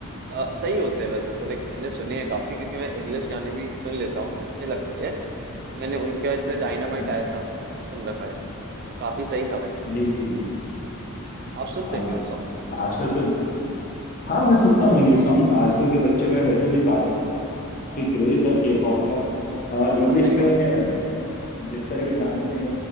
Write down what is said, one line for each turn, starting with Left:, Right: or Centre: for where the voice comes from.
Right: अ, सही होते हैं वैसे तो लाइक मैंने सुने हैं काफी क्योंकि मैं इंग्लिश गाने भी सुन लेता हूँ अच्छे लगते हैं तो मैंने उनका जैसे डायनामाइट
Left: हम्म,
Right: आया था वो सुन रखा है वो काफी सही था वैसे
Left: जी जी जी
Right: आप सुनते
Left: हाँ
Right: हो इंग्लिश सॉन्ग्स
Left: आजकल के हाँ मैं सुनता हूँ इंग्लिश सॉन्ग आजकल के बच्चों में वैसे भी काफी क्रेज है के पॉप का और
Right: हाँ
Left: इंग्लिश
Right: सही
Left: में
Right: बात है
Left: जिस तरह के गाने